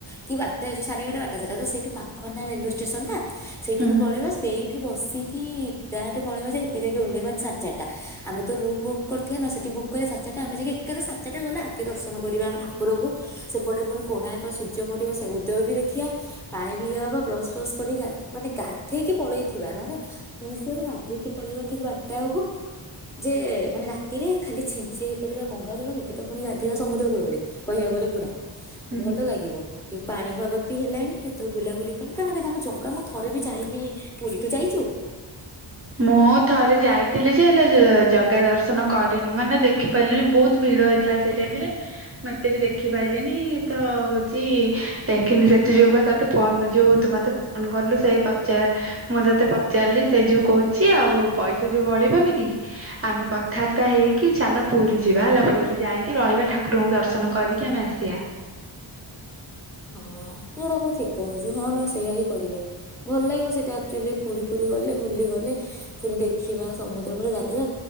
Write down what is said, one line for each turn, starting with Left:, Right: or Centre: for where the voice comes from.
Centre: କି ବାରଟା ଯେଉଁ ସାଢ଼େଏଗାର ବାରଟା ତ ସେଇଠୁ ପାଖନା ରେଲୱେ ଷ୍ଟେସନଟା। ସେଇଠିକୁ
Right: ହୁଁ
Centre: ପଳେଇବା ସେଇ ଏଠୁ ବସିକି ଡାଇରେକ୍ଟ ପଳେଇବା ଯେ ହେଠି ଯାଇକି ଓଲେହିବା ସାଢେ ଚାରିଟା ଆମେ ତ ରୁମ୍ ବୁକ୍ କରିଥିବାନା ସେଠି ବୁକ୍ କରିବା ସାଢେ ଚାରିଟା ଆମେ ଯାଇକି ଏକାଥରକେ ସାଢେ ଚାରିଟା ଗଲେ ଆଗେ ଦର୍ଶନ କରିବା ଆମେ ଠାକୁରକୁ ସେପଟେ ପୁଣି କୋଣାର୍କ ସୂର୍ଯ୍ୟ ପଡିବ ସେ ଉଦୟ ବି ଦେଖିବା ପାଣି ପିଇ ହବ ବ୍ରସ୍ ଫ୍ରସ୍ କରି ମାନେ ଗାଧେଇକି ପଳେଇଥିବା ନହେଲେ ପିସି ଗାଧୋଇକି ପଳେଇବା ଠିକ୍ ବା ଟାଆ କୁ ଯେ ମାନେ ରାତିରେ ଖାଲି ଛିଞ୍ଚି ହେଇପଡିବା ଗଙ୍ଗା ଜଳରେ ସେଠି ତ ପୁଣି ଗାଧୋଇବା ସମୁଦ୍ର କୂଳରେ କହିବାକୁ ଗଲେ ପୁରା।
Right: ହୁଁ।
Centre: ଭଲ ଲାଗିବ ଟିକେ ପାଣିପାଗ ବି ହେଲାଣି। ତ ବୁଲାବୁଲି କଲେ କାରଣ କେଜାଣି ମୁ ଜଗା ମୁଁ ଥରେ ବି ଯାଇନି ପୁରୀ ତୁ ଯାଇଛୁ।
Right: ମୁଁ ଥରେ ଯାଇଥିଲି ଯେ ହେଲେ ଜଗା ଦର୍ଶନ କରିନି ମାନେ ଦେଖିପାରିଲିନି ବହୁତ ଭିଡ ହେଇଥିଲା ସେଇ ଟାଇମରେ ମୁଁ ଏତେ ବି ଦେଖିପାରିଲିନି ତ ହଉଛି ଦେଖିନି ସେଥି ଯୋଗୁ ବା ତତେ ଫୋନ ଯେଉ ତୁ ମତେ ଫୋନ କଲୁ ସେଇ ପଚାର ମୁଁ ତତେ ପ ଚାଲି ସେ ଯୋଉ କହୁଛି ଆଉ ପଇସା ଯୋଉ ବଳିବନି କି ଆମେ କଥାବାର୍ତ୍ତା ହେଇକି ଚାଲ ପୁରୀ ଯିବା ହେଲା ପୁରୀ ଯାଇକି ରହିବା ଠାକୁରଙ୍କୁ ଦର୍ଶନ କରିକି ଆମେ ଆସିବା।
Centre: ହଁ ତୁ ଯୋଟା କ ଠିକ କହୁଛୁ ହଁ ନ ସେଇୟା ହିଁ କରିବା ଭଲ ଲାଗିବ ସେଇଟା ଆକଚୁଆଲି ପୁରୀ ଫୁରି ଗଲେ ବୁଲି ଗଲେ ପୁଣି ଦେଖିବା ସମୁଦ୍ର କ ଗାଧିବା